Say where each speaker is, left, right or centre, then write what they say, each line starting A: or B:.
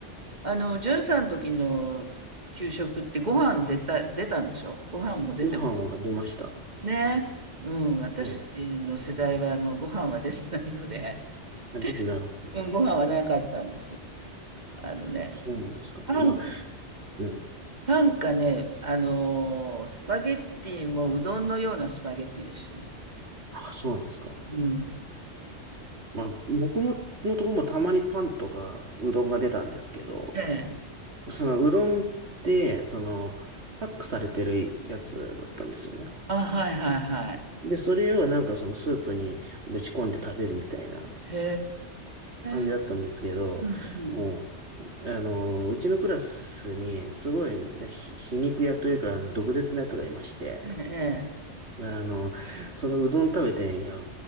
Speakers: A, on the right (about 35°); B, on the right (about 65°).
A: あの、じゅんさんの時の給食ってご飯出た出たんでしょ？ご飯も出て
B: ご飯は出ました。
A: ね、うん、私の世代はあのご飯は出てないので、
B: はい。あ出てなかったんですか
A: <laughs> うん、ご飯はなかったんですよ。あのね、
B: そうなんですか。
A: パンか、
B: まあ、うん。
A: パンかね、あのースパゲッティもうどんのようなスパゲッティでしたね。
B: あ、そうなんですか。
A: うん。
B: まあ、僕も、のとこもたまにパンとかうどんが出たんですけど、
A: ええ。
B: そのうどんって、その、パックされてるやつだったんですよね。
A: あ、はいはいはい。
B: で、それをなんかそのスープにぶち込んで食べるみたいな
A: へ
B: 感じだったんですけど、
A: え。うん
B: もう、あの、うちのクラスにすごいねひ皮肉屋というか毒舌なやつがいまして、
A: うん。ええ。
B: ねあの、そのうどん食べて、いや、